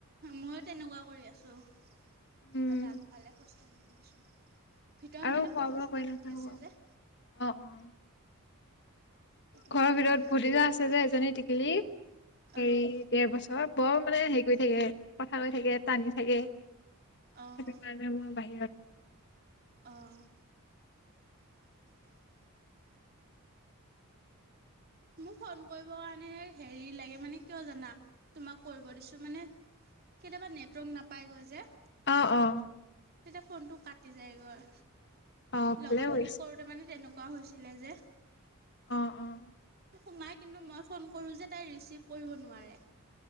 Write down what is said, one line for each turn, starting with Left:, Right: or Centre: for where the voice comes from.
Right: ময়ো তেনেকুৱা কৰি আছো।
Left: উম
Right: ইফালে আগফালে খোজকাঢ়ি ফুৰিছোঁ, ভিতৰত
Left: আৰু
Right: মানে
Left: খোৱা
Right: কথা-চথা
Left: বোৱা কৰি নাথাকো
Right: পাতি আছে
Left: আও
Right: যে।
Left: অ', অ'।
Right: সেইটো
Left: ঘৰৰ
Right: কাৰণে
Left: ভিতৰত
Right: ওলাই
Left: ভতিজা
Right: আহিছোঁ
Left: আছে যে এজনী টিকলি,
Right: অঁ
Left: হেৰি দেৰ বছৰ বৰ মানে হেৰি কৰি থাকে, কথা কৈ থাকে, টানি থাকে।
Right: অঁ
Left: সেইটো কাৰণে মই বাহিৰত।
Right: অ'। <inaudible> মোক ফোন কৰিব কাৰণে হেৰি লাগে, মানে কিয় জানা, তোমাক কৰিব দিছো মানে কেতিয়াবা নেটৱৰ্ক নাপায় গৈ যে।
Left: অ', অ'।
Right: তেতিয়া ফোনটো কাটি যায় গৈ,
Left: অ', ভালে
Right: লগৰজনীক
Left: কৰিছে
Right: কৰ ত মানে তেনেকুৱা হৈছিলে যে।
Left: অঁ অঁ।
Right: সোমাই কিন্তু মই ফোন কৰোঁ যে তাই ৰিচিভ কৰিব নোৱাৰে।